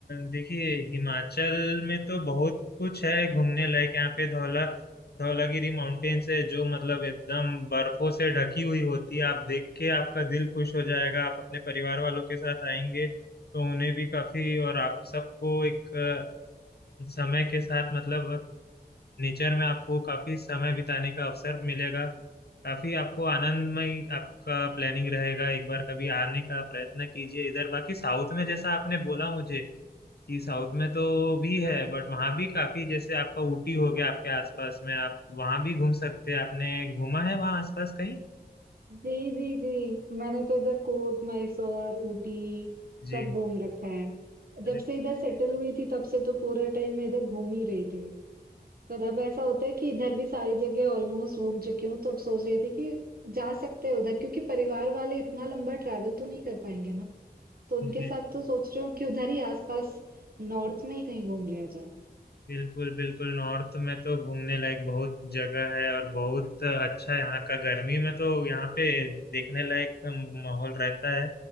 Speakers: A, on the left; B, on the right.
A: देखिए हिमाचल में तो बहुत कुछ है घूमने लायक यहाँ पे धौला धौलागिरी माउंटेन्स है जो मतलब एकदम बर्फों से ढकी हुई होती है आप देख के आपका दिल खुश हो जाएगा आप अपने परिवार वालों के साथ आएंगे तो उन्हें भी काफी और आप सबको एक अ, समय के साथ मतलब नेचर में आपको काफी समय बिताने का अवसर मिलेगा काफी आपको आनंदमय आपका प्लानिंग रहेगा एक बार कभी आने का प्रयत्न कीजिए इधर बाकी साउथ में जैसा आपने बोला मुझे कि साउथ में तो भी है बट वहाँ भी काफी जैसे आपका ऊटी हो गया आपके आसपास में आप वहाँ भी घूम सकते हैं आपने घूमा है वहाँ आसपास कहीं
B: जी जी जी मैंने तो इधर कूर्ग मैसूर ऊटी
A: जी
B: सब घूम रखा है
A: अरे
B: जब से इधर सेटल हुई थी तब से तो पूरे टाइम मैं इधर घूम ही रही थी पर अब ऐसा होता है कि इधर भी सारी जगह ऑलमोस्ट घूम चुकी हूँ तो अब सोच रही थी कि जा सकते हैं उधर क्योंकि परिवार वाले इतना लंबा ट्रैवल तो नहीं कर पाएंगे ना तो
A: जी
B: उनके साथ तो सोच रही हूँ कि उधर ही आसपास नॉर्थ में ही कहीं घूम लिया जाए
A: बिल्कुल बिल्कुल नॉर्थ में तो घूमने लायक बहुत जगह है और बहुत अच्छा है यहाँ का गर्मी में तो यहाँ पे देखने लायक माहौल रहता है